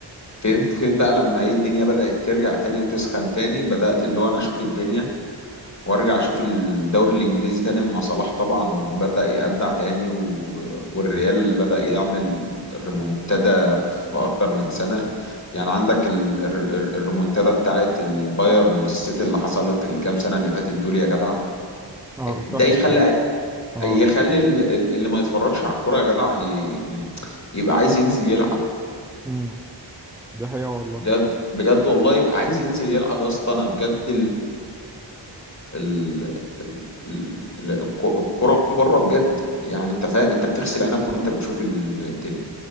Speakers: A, on the left; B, in the centre.
A: فين فين بقى لما ايه الدنيا بدأت ترجع تاني وتسخن تاني بدأت اللي هو انا اشوف الدنيا وارجع اشوف الدوري الانجليزي تاني اما صلاح طبعا بدأ يبدع تاني و... والريال بدأ يعمل ريمونتادا في اكتر من سنة يعني عندك ال... الر- الر- الريمونتادا بتاعت البايرن والسيتي اللي حصلت الكام سنة اللي فاتت دول يا جدع
B: اه كانت
A: ده
B: تحفه
A: يخلي
B: الصراحه اه
A: يخلي ال- ال- اللي ما يتفرجش على الكورة يا جدع ي... ي- يبقى عايز ينزل يلعب
B: امم ده حقيقه والله
A: بجد بجد والله يبقى عايز ينزل يلعب يا اسطى انا بجد ال... ال... ال... الك- الكرة بره بجد يعني انت فاهم انت بتغسل عينك وانت بتشوف ال- الدنيا